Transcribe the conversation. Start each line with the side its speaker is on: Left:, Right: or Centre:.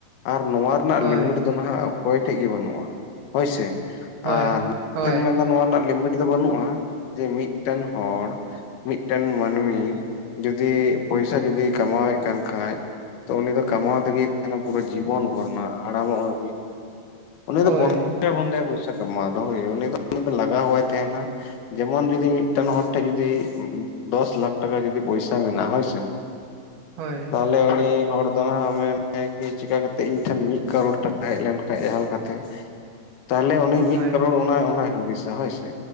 Left: ᱟᱨ ᱱᱚᱣᱟ ᱨᱮᱱᱟᱜ
Right: ᱦᱳᱭ
Left: ᱞᱤᱢᱤᱴ ᱫᱚ ᱱᱟᱦᱟᱜ ᱚᱠᱚᱭ ᱴᱷᱮᱡ ᱜᱮ ᱵᱟᱹᱱᱩᱜᱼᱟ ᱦᱳᱭ ᱥᱮ᱾
Right: ᱦᱳᱭ
Left: ᱟᱨ <inaudible>
Right: ᱦᱳᱭ
Left: ᱢᱮᱱᱫᱟ ᱱᱚᱣᱟ ᱨᱮᱱᱟᱜ ᱞᱤᱢᱤᱴ ᱤᱭᱟᱹ ᱫᱚ ᱵᱟᱹᱱᱩᱜᱼᱟ, ᱡᱮ ᱢᱤᱫᱴᱮᱱ ᱦᱚᱲ ᱢᱤᱫᱴᱮᱱ ᱢᱟᱹᱱᱢᱤ ᱡᱩᱫᱤ ᱯᱚᱭᱥᱟ ᱡᱩᱫᱤ ᱠᱟᱢᱟᱣᱮᱫ ᱠᱟᱱ ᱠᱷᱟᱡ, ᱛᱚ ᱩᱱᱤ ᱫᱚ ᱠᱟᱢᱟᱣ ᱛᱮᱜᱮ ᱛᱟᱦᱮᱱᱟ ᱯᱩᱨᱟᱹ ᱡᱤᱵᱚᱱ ᱦᱚᱨᱱᱟ ᱦᱟᱲᱟᱢᱚᱜ ᱦᱟᱹᱵᱤᱡ᱾ ᱩᱱᱤ
Right: ᱦᱳᱭ
Left: ᱫᱚ ᱵᱚᱱᱫᱮ ᱵᱚᱱᱫᱮ ᱯᱚᱭᱥᱟ ᱠᱟᱢᱟᱣ ᱫᱚ ᱦᱳᱭ ᱩᱱᱤ ᱫᱚ ᱩᱱᱤ ᱫᱚ ᱞᱟᱜᱟᱣ ᱦᱚᱵᱟᱭ ᱛᱟᱦᱮᱱᱟ᱾ ᱡᱮᱢᱚᱱ ᱡᱩᱫᱤ ᱢᱤᱫᱴᱮᱱ ᱦᱚᱲ ᱴᱷᱮᱱ ᱡᱩᱫᱤ ᱫᱚᱥ ᱞᱟᱠᱷ ᱴᱟᱠᱟ ᱡᱩᱫᱤ ᱯᱚᱭᱥᱟ ᱢᱮᱱᱟᱜ-ᱟ ᱦᱚᱭᱥᱮ,
Right: ᱦᱳᱭ,
Left: ᱛᱟᱦᱚᱞᱮ ᱩᱱᱤ ᱦᱚᱲ ᱫᱚ ᱱᱟᱦᱟᱜ ᱢᱮᱱᱟ ᱠᱤ ᱪᱤᱠᱟ ᱠᱟᱛᱮ ᱤᱧ ᱴᱷᱮᱱ ᱢᱤᱫ ᱠᱟᱨᱳᱲ ᱴᱟᱠᱟ ᱦᱮᱡ ᱞᱮᱱ ᱠᱷᱟᱡ ᱡᱟᱦᱟᱸ ᱞᱮᱠᱟᱛᱮ,
Right: <unintelligible>
Left: ᱛᱟᱦᱚᱞᱮ ᱩᱱᱤ
Right: ᱦᱳᱭ
Left: ᱢᱤᱫ ᱠᱟᱨᱳᱲ ᱚᱱᱟ ᱚᱱᱟᱭ ᱦᱩᱫᱤᱥᱟ ᱦᱳᱭ ᱥᱮ